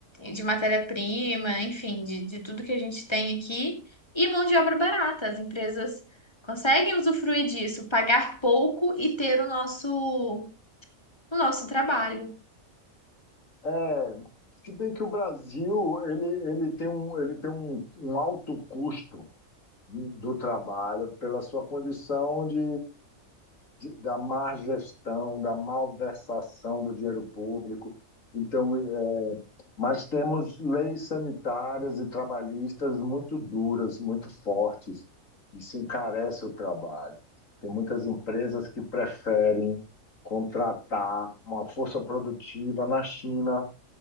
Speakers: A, on the left (about 20°); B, on the left (about 80°).
A: de matéria-prima, enfim, de, de tudo que a gente tem aqui, e mão de obra barata. As empresas conseguem usufruir disso, pagar pouco e ter o nosso, o nosso trabalho.
B: É, se bem que o Brasil ele, ele tem um, ele tem um, um alto custo do do trabalho pela sua condição de de- da má gestão, da malversação do dinheiro público. Então, é, mas temos leis sanitárias e trabalhistas muito duras, muito fortes. Isso encarece o trabalho. Tem muitas empresas que preferem contratar uma força produtiva na China,